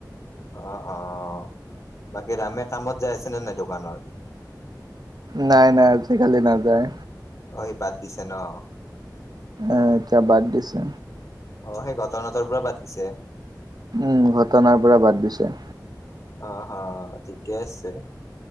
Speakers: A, on the left; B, on the right.
A: অঁ অঁ' বাকী ৰামে কামত যাই আছেনে নাই দোকানৰ?
B: নাই নাই, আজিকালি নাযায়।
A: অঁ সি বাদ দিছে ন'?
B: এ এতিয়া বাদ দিছে।
A: অঁ' সেই ঘটনাটোৰ পৰা বাদ দিছে?
B: উমঁ' ঘটনাৰ পৰা বাদ দিছে।
A: অঁ' হা, ঠিকে আছে,